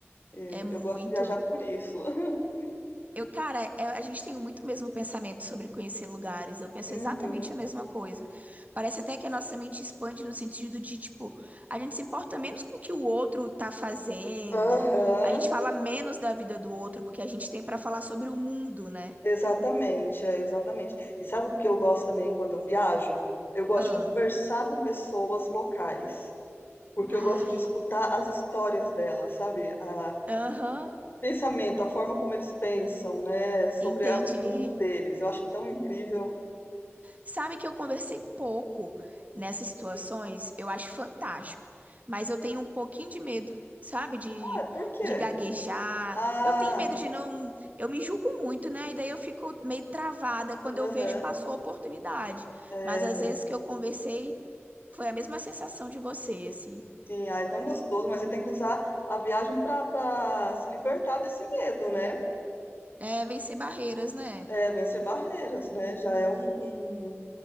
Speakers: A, on the left; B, on the right.
A: Eh,
B: é muito.
A: Eu gosto de viajar por isso. <laughs>
B: Eu, cara, é- a gente tem muito o mesmo pensamento sobre conhecer lugares. Eu penso
A: Uhum.
B: exatamente a mesma coisa. Parece até que a nossa mente expande no sentido de, tipo, a gente se importa menos com o que o outro tá fazendo,
A: Aham.
B: a gente fala menos da vida do outro, porque a gente tem pra falar sobre o mundo, né?
A: Exatamente, é, exatamente. E sabe o que eu gosto também quando eu viajo? Eu gosto
B: Ah.
A: de conversar com pessoas locais, porque
B: Ai.
A: eu gosto de escutar as histórias delas, sabe? A,
B: Aham.
A: o pensamento, a forma como eles pensam, né? Sobre
B: Entendi.
A: a- o mundo deles. Eu acho tão incrível.
B: Sabe que eu conversei pouco nessas situações,
A: Hum.
B: eu acho fantástico, mas eu tenho um pouquinho de medo, sabe? De,
A: Ah, é, por quê?
B: de gaguejar.
A: Ah,
B: Eu tenho medo de não. Eu me julgo muito, né? E daí eu fico meio travada quando eu
A: aham.
B: vejo passou a oportunidade.
A: é,
B: Mas às vezes que eu conversei, foi a mesma sensação de você, assim.
A: sim, ah, é tão gostoso, mas você tem que usar a viagem para para se libertar desse medo, né?
B: É vencer barreiras, né?
A: É, vencer barreiras, né? Já é um, um